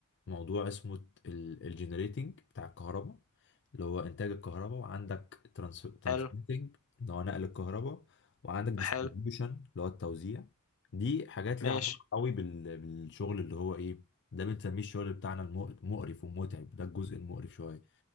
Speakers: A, on the left (about 55°); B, on the left (about 75°).
A: موضوع اسمه الجنريتنج بتاع الكهرباء اللي هو انتاج الكهرباء وعندك ترانسميتنج
B: حلو.
A: اللي هو نقل الكهرباء وعندك ديستريبيوشن
B: حلو
A: اللي هو التوزيع دي حاجات ليها
B: ماشي
A: علاقه قوي بال- بالشغل اللي هو ايه ده بنسميه الشغل بتاعنا المقرف ومتعب ده الجزء المقرف شويه